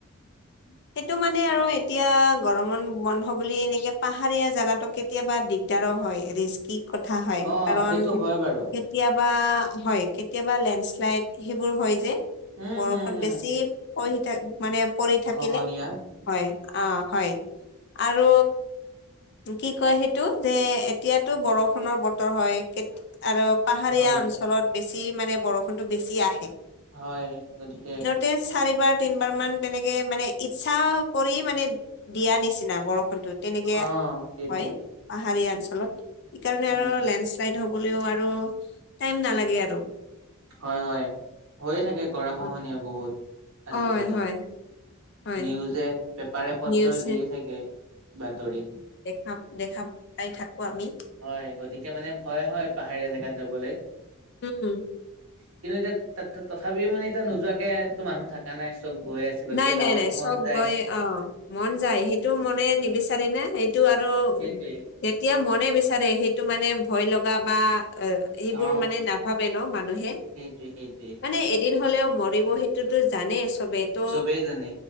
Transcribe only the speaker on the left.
সেইটো মানে আৰু এতিয়া গৰমত বন বন্ধ বুলি এনেকে পাহাৰীয়া জোগাতকে কেতিয়াবা দিগদাৰো হয়, ৰিস্কি কথা হয়,
কাৰণ
কেতিয়াবা হয় কেতিয়াবা লেণ্ড শ্লাইড সেইবোৰ হয় যে।
বৰষুণ
বেছি পৰি থাক মানে পৰি থাক
হয় অ' হয়, আৰু কি কয় সেইটো যে এতিয়াতো বৰষুণৰ বতৰ হয়, আৰু পাহাৰীয়া
অঞ্চলত, বেছি মানে বৰষুণতো বেছি আহে।
তে চাৰিবাৰ তিনিবাৰ মান তেনেকে মানে, ইচ্ছা কৰি মানে, দিয়া নিচিনা বৰষুণতো, তেনেকে হ'য়।
পাহাৰীয়া অঞ্চলত, সেইকাৰণে
আৰু লেণ্ড চালাইট হ'বলৈও আৰু, টাইম নালাগে আৰু।
অ
হয়, হয়। হয়
নিউজে
নাম দেখা পাই থাকো আমি।
উম।
নাই
নাই নাই,
চব
গৈ অ', মন যায়, সেইটো মনে নিবিচাৰে নে সেইটো আৰু
যেতিয়া মনে বিচাৰে সেইটো মানে ভয় লগা বা এইবোৰ
মানে নাভাবে ন মানুহে,
মানে এই এদিন হলেও মৰিব সেইটোতো জানেই চবেই তো,